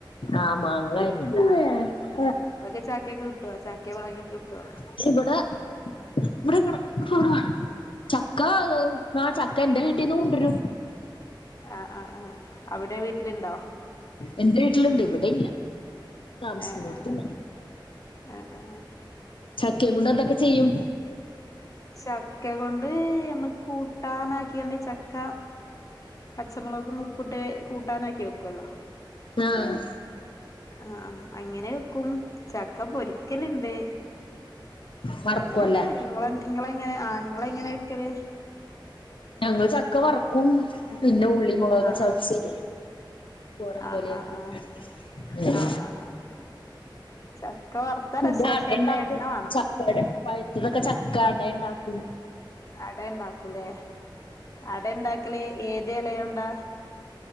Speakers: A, on the left; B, on the left.
A: ആ മാങ്ങ കയിഞ്ഞ്ട്ടാ
B: ആഹ് നിങ്ങക്ക് ചക്കയൊക്കെ കിട്ട്വോ? ചക്കയും മാങ്ങയും ഒക്കെ കിട്ടോ?
A: ക്ഷേ ഇവടെ ഇവിടെങ്ങട് <unintelligible> ചക്ക ഏഹ് ആഹ് ചക്ക എന്റെ വീട്ടിന്ന് കൊണ്ടരും
B: ആഹ് ആഹ് ആഹ് അവിടെ വീട്ടിലുണ്ടോ?
A: എന്റെ വീട്ടിലുണ്ട് ഇവിടെ ഇല്ല താമസിക്കുന്നോടത്തില്ല
B: ഏഹ് ഏഹ് ഏഹ് ഏഹ് ഏഹ് ഏഹ് ഏഹ്
A: ചക്കേംകൊണ്ട് എന്തക്കെ ചെയ്യും?
B: ചക്ക കൊണ്ട് നമ്മക്ക് കൂട്ടാനാക്കിണ്ട് ചക്ക പച്ചമുളകും ഉപ്പിട്ട് കൂട്ടാനാക്കി വെക്കുവല്ലോ
A: ആഹ്
B: ആഹ് അങ്ങനെ വെക്കും ചക്ക പൊരിക്കലുണ്ട്
A: വറക്കുവല്ലേ
B: അങ്ങനെ നിങ്ങള് നിങ്ങളെങ്ങനെ ആ നിങ്ങളെങ്ങനെ വെക്കല്
A: ഞങ്ങള് ചക്ക വറക്കും പിന്നെ ഉള്ളി മുളകക്കെ
B: ആഹ്
A: ചതച്ച് തോരൻ
B: ആഹ്
A: പോലെ വെക്കും
B: ആഹ് ആഹ് ആഹ്
A: ഉം
B: ആഹ് ആഹ് ആഹ് ചക്ക വറുത്ത
A: പിന്നെ
B: രസാ
A: അടയിണ്ടാക്കും
B: പക്ഷെ നല്ല എണ്ണ വേണം
A: ചക്കട പഴുത്തതക്കെ ചക്ക അട ഇണ്ടാക്കും
B: അട ഇണ്ടാക്കൂലേ അടയിണ്ടാക്കലേ ഏത് എലയൊണ്ടാ